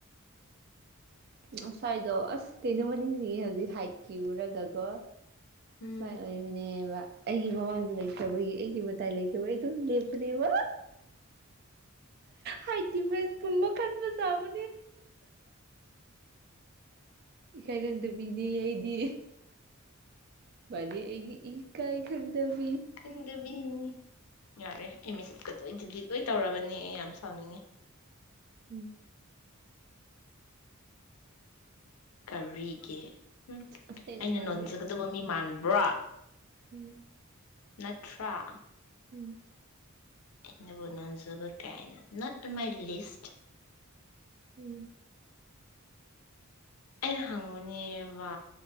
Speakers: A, on the right; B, on the left.
A: ꯉꯁꯥꯏꯗꯣ ꯑꯁ ꯀꯩꯅꯣꯃ ꯅꯤꯡꯁꯤꯡꯉꯦ ꯍꯧꯗꯤ ꯍꯥꯏꯠꯀꯤꯤꯎꯨꯔꯒꯀꯣ
B: ꯎꯝ
A: ꯆꯥꯏ ꯑꯣꯏ ꯑꯩꯒꯤ ꯃꯃꯥꯡꯗ ꯂꯩꯈ꯭ꯔꯕꯒꯤ ꯑꯩꯒꯤ ꯃꯇꯥꯏ ꯂꯩꯈ꯭ꯔꯕ ꯑꯩ ꯑꯗꯨꯝ ꯂꯦꯞꯄꯅꯦꯕ ꯍꯥꯏꯥꯏꯇꯤ ꯄ ꯀꯃ ꯀꯥꯟꯕꯨ ꯆꯥꯕ ꯏꯀꯥꯏ ꯈꯪꯗꯕꯤꯅꯦ ꯑꯩꯗꯤ ꯃꯥꯅꯤ ꯑꯩꯗꯤ ꯏꯀꯥꯏ ꯈꯪꯗꯕꯤ
B: ꯍꯗ ꯃꯤ ꯏꯅꯤ ꯌꯥꯔꯦ ꯑ ꯑꯦꯁ ꯑꯦꯁꯀꯗꯣ ꯗꯤꯂꯤꯠ ꯂꯣꯏ ꯇꯧꯔꯕꯅꯦ ꯑꯩ ꯌꯥꯝ ꯁꯥꯎꯅꯤꯡꯉꯦ
A: ꯎꯝ
B: ꯀꯧꯔꯤꯒꯦ ꯎꯝ
A: ꯑꯁꯦꯡꯕ
B: ꯑꯩꯅ ꯅꯣꯟꯖꯒꯗꯕ
A: ꯍꯥꯏꯗꯤ
B: ꯃꯤ ꯃ ꯕ꯭ꯔꯥ
A: ꯎꯝ
B: ꯅꯠꯇ꯭ꯔꯥ
A: ꯎꯝ
B: ꯑꯗꯕꯨꯅꯖꯕ ꯀꯥꯏꯅ ꯅꯣꯠꯟ ꯃꯥꯏ ꯂꯤꯁ
A: ꯎꯝ
B: ꯑꯩꯅ ꯍꯪꯕꯅꯦꯕ